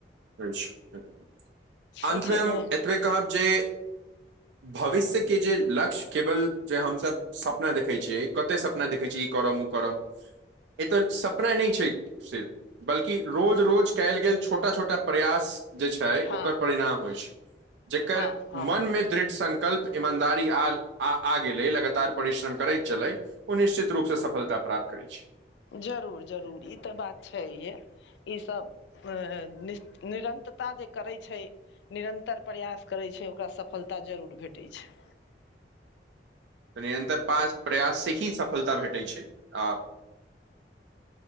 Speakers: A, on the right (about 85°); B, on the left (about 80°).
A: एछै <inaudible>
B: होइत
A: अन्तमे
B: छै
A: हम
B: ने
A: एतबे कहब जे भविष्य के जे लक्ष्य केवल जे हमसब सपना देखै छियै कते सप सपना देखै छियै इ करब ओ करब, एत सपना नहि छै सिर्फ बल्कि रोज रोज कयल गेल छोटा छोटा प्रयास जे छै
B: हँ
A: ओकर परिणाम होइ छै, जेकर
B: हँ हँ
A: मनमे दृढ़ संकल्प इमानदारी आ गेलै लगातार परिश्रम करैत चलै ओ निश्चित रूपसे सफलता प्राप्त करै छै।
B: जरुर जरुर इ तऽ बात छैहे। इ सब नि निरन्तरता जे करै छै निरन्तर प्रयास करै छै ओकरा सफलता जरुर भेटै छै।
A: निरन्तर पास प्रयाससे ही सफलता भेटैत छै आ